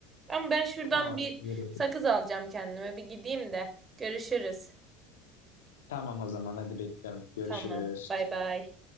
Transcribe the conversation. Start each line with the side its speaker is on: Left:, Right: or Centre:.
Right: Ben ben şuradan
Left: Tamam,
Right: bir
Left: iyi bakın.
Right: sakız alacağım kendime. Bir gideyim de. Görüşürüz.
Left: Tamam o zaman hadi bekliyorum. Görüşürüz.
Right: Tamam. Bay bay.